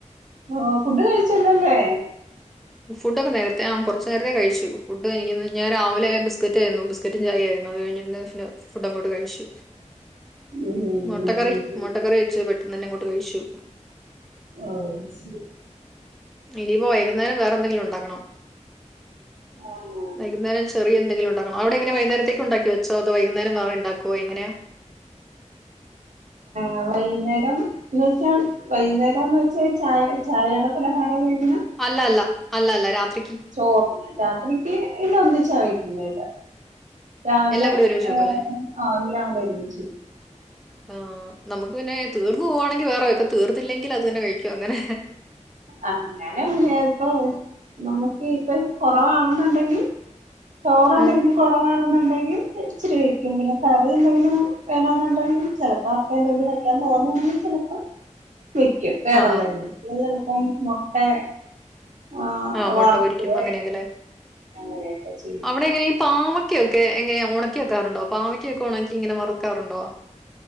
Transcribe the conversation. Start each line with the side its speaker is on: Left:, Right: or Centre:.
Right: ഓഹ് ഫുഡ് കഴിച്ചല്ലോല്ലേ?
Centre: ഫുഡോക്കെ നേരത്തെ ആഹ് കൊറച്ചു നേരത്തെ കഴിച്ചു ഫുഡ് എനിക്ക് ന്നു ഞാൻ രാവിലെ ബിസ്ക്കറ്റേര്ന്നു ബിസ് സ്ക്കറ്റും ചായെം ആയിരുന്നു അത് കഴിഞ്ഞിണ്ട് പിന്നെ ഫുഡ് അങ്ങോട്ട് കഴിച്ചു.
Right: ഉം ഉം.
Centre: മൊട്ടക്കറി
Right: ഉം ഉം.
Centre: മൊട്ടക്കറി വെച്ച് പെട്ടെന്നന്നെങ്ങോട്ട് കഴിച്ചു.
Right: ആ ശ
Centre: ഇനിപ്പോ വൈകുന്നേരം വേറെ എന്തെങ്കിലും ഉണ്ടാക്കണം.
Right: ആ
Centre: വൈകുന്നേരം ചെറിയ എന്തെങ്കിലും ഉണ്ടാക്കണ അവിടെ ങ്ങനാ വൈകുന്നേരത്തേക്ക്ണ്ടാക്കി വെച്ചോ അതോ വൈകുന്നരം വേറേ ഇണ്ടാക്കോ എങ്ങനാ?
Right: അ വൈന്നേരം ന്ന്ച്ചാൽ വൈന്നേ രാന്ന് വെച്ചാ ചായ ചായേട പലഹാരാ ചോദിക്കണെ.
Centre: അല്ലല്ല അല്ല ല്ല രാത്രിക്ക്-
Right: ചോർ രാത്രിക്ക് ഇല്ല ഒന്നിച്ച കഴിക്കുന്നെക്ക. രാവിലെ
Centre: എല്ലാം കൂടി ഒരുമിച്ച് വെക്കും
Right: ഏഹ്
Centre: അല്ലേ
Right: ആവിലെ ആ വരൂച്ച്.
Centre: ആഹ് നമ്മക്ക് പിന്നെ തീർന്നു പോവാണെങ്കി വേറെ വെക്കും തീർന്നില്ലെങ്കിൽ അത് തന്നെ കഴിക്കും അങ്ങനെ.
Right: അ ഞാനു അങ്ങനെയ പ്പൊ നമ്മുക്കി പ്പൊ കൊറവാണെന്നുണ്ടെങ്കി. ചോറെന്തെങ്കിലും
Centre: ഉം
Right: കൊറവാണെന്നുണ്ടെങ്കിൽ വെയ് ഇച്ചിരി വയ്ക്കും പിന്നെ കറി എന്തെങ്കിലും വേണന്നുണ്ടെങ്കി. ചെലപ്പോ അപ്പൊ ന്തെങ്കിലും വെക്കാൻ തോന്നാണെങ്കി ചെലപ്പോ വെക്ക്യും വേറെ
Centre: ആഹാ
Right: ന്തെങ്ങിലു <unintelligible> പ്പം മൊട്ടെ ആഹ്
Centre: ആ മുട്ട
Right: വർ
Centre: പൊരിക്കും
Right: <unintelligible> ലെ.
Centre: അങ്ങനെയൊക്കെ അല്ലേ?
Right: അങ്ങനെയൊക്കെ ചെ
Centre: അവിടെ എങ്ങനാ ഈ പാവക്ക്യൊക്കെ എങ്ങനെ ഒണക്കിവെക്കാറുണ്ടോ പാവക്കൊക്കെ ഒണക്കി ഇങ്ങനെ വറക്കാറുണ്ടോ?